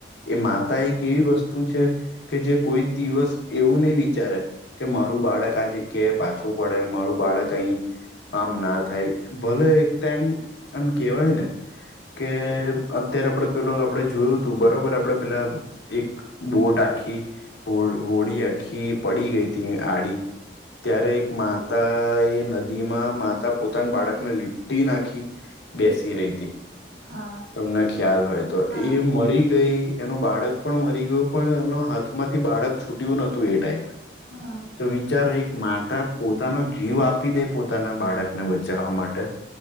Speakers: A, on the left; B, on the right.
A: એ માતા એક એવી વસ્તુ છે કે જે કોઈ દિવસ એવું નહી વિચારે કે મારું બાળક આ જગ્યાએ પાછું પડે, મારું બાળક અહી આમ ના થાય ભલે એક ટાઈમ એમ કેવાય ને કે અત્યારે આપડે પેલો આપડે જોયું તું બરોબર આપડે પેલા એક બોટ આખી હો હોડી આખી પડી ગઈ તિ આડી ત્યારે એક માતા એ નદી માં માતા પોતાના બાળકને લીપટી નાખ બેસી રહી તી
B: હા
A: તમને ખ્યાલ હોય તો.
B: હા
A: એ મરી ગઈ એનું બાળક પણ મરી ગયું પણ એના હાથમાંથી બાળક છૂટ્યું નતું એ ટાઈમે.
B: હા.
A: તો વિચારો એક માતા પોતાનો જીવ આપી દે પોતાના બાળકને બચાવવા માટે